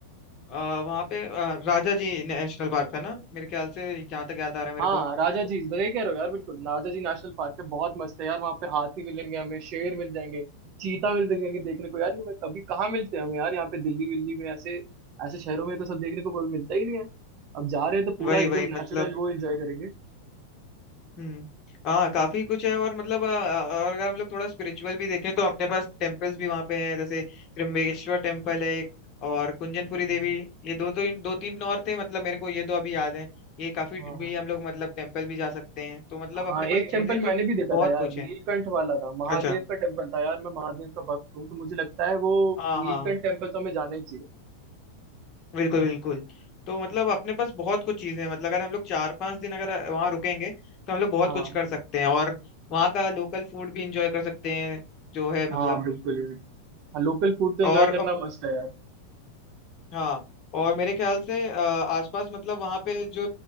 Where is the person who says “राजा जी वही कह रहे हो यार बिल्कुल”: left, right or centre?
Right